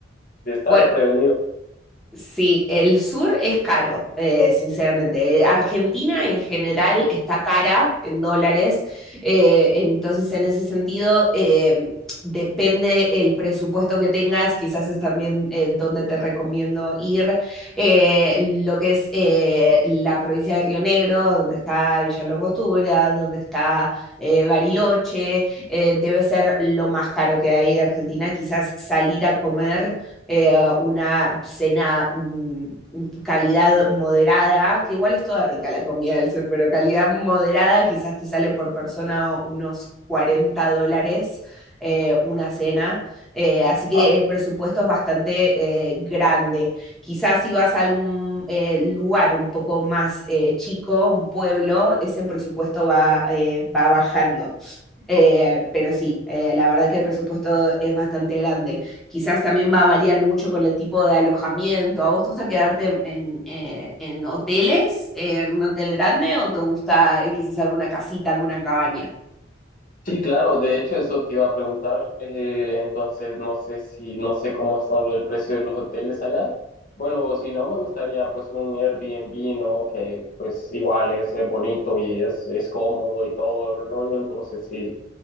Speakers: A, on the left (about 45°); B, in the centre.
A: de estar
B: Bueno,
A: prevenido.
B: Sí, el sur es caro, eh, sinceramente. Argentina en general está cara en dólares, eh, entonces en ese sentido eh, depende el presupuesto que tengas, quizás es también eh, donde te recomiendo ir, eh, lo que es eh, la provincia de Río Negro, donde está Villa Langostura, donde está eh, Bariloche, eh, debe ser lo más caro que hay de Argentina, quizás salir a comer eh, una cena mm, calidad moderada, que igual es toda rica la comida del sur, pero calidad moderada quizás te sale por persona unos 40 dólares. Eh, una cena, eh, así que
A: Ah,
B: el presupuesto es bastante eh, grande. Quizás si vas a algún eh, lugar un poco más eh, chico, un pueblo, ese presupuesto va, eh, va bajando. Eh, pero sí, eh, la verdad que el presupuesto es bastante grande. Quizás también va a variar mucho con el tipo de alojamiento. ¿A vos te gusta quedarte en, eh, en hoteles, eh, en un hotel grande, o te gusta eh, quizás alguna casita, alguna cabaña?
A: sí, claro, de hecho eso te iba a preguntar, eh, entonces no sé si, no sé cómo son el precio de los hoteles allá. Bueno, si no, me gustaría pues un Airbnb, ¿no? Que pues igual es, eh, bonito y es, es cómodo y todo el rollo, entonces sí,